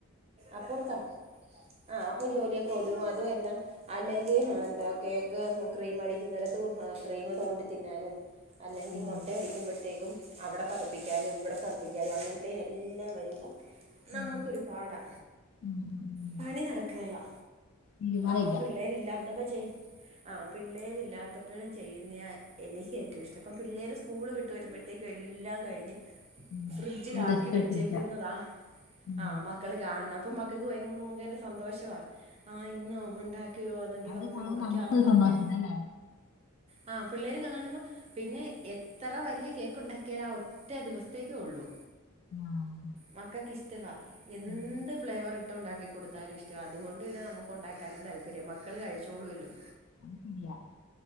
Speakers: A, on the right; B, on the left.
A: അപ്പം സം ആഹ് അപ്പൊ ജോലിയൊക്കെ ഒതുങ്ങോ അതും എല്ലാം അല്ലെങ്കിൽ എന്താ കേക്ക് ക്രീം അടിക്കുന്നെടത്ത് ക്രീം തോണ്ടി തിന്നാലും അല്ലെങ്കിൽ
B: ഉം
A: മുട്ടയടിക്കുമ്പോഴത്തേക്കും അവിടെ പതപ്പിക്കാനും ഇവിടെ പതപ്പിക്കാനും അങ്ങനെ അത്തേനെല്ലാം വരുമ്പം
B: ഉം
A: നമുക്കൊരുപാടാ
B: ഉം ഉം
A: പണി നടക്കേലാ
B: തീരുമാനം
A: അപ്പൊ
B: ഇല്ല
A: പിള്ളേരില്ലാത്തപ്പ ചെയ് ആഹ് പിള്ളേരില്ലാത്തപ്പോ ചെയ്യുന്നയ എനിക്ക് ഏറ്റവും ഇഷ്ടം അപ്പം പിള്ളേർ സ്കൂള് വിട്ട് വരുമ്പോഴത്തേക്കും എല്ലാം കഴിഞ്ഞ്
B: ഉം
A: ഫ്രിഡ്ജിൽ
B: തീരുമാനമില്ല.
A: ആ
B: റെസ്റ്റ് എടുത്തിരിക്ക
A: വെച്ചേക്കുന്നതാ
B: ഉം
A: ആഹ് മക്കൾ കാണുന്ന അപ്പൊ മക്കൾക്ക് ഭയങ്കര സന്തോഷവാ ആഹ് ഇന്നോ ഒണ്ടാക്കിയോ അതെങ്കി
B: അത്
A: നമുക്ക്
B: കാണുമ്പോ
A: മുറിക്കാന്ന്
B: നമ്മുക്കൊരു
A: പറഞ്ഞ്
B: സന്തോഷല്ലേ അല്ലേ
A: ആ പിള്ളേര് കാണുമ്പോ പിന്നെ എ എത്തറ വല്യ കേക്ക് ഒണ്ടാക്കിയാലും ആ ഒറ്റേ ദിവസത്തേക്കേ ഉള്ളൂ
B: ആഹ്
A: മക്കക്ക് ഇഷ്ടവാ എന്ത്
B: ഉം.
A: ഫ്ലേവർ ന്തു ഉണ്ടാക്കി കൊടുത്താലും ഇഷ്ടവാ. അതുകൊണ്ട് പിന്നെ നമുക് ഉണ്ടാക്കാനും താല്പര്യമ മക്കള് കഴിച്ചോളൂവല്ലോ
B: അത് ശരിയാ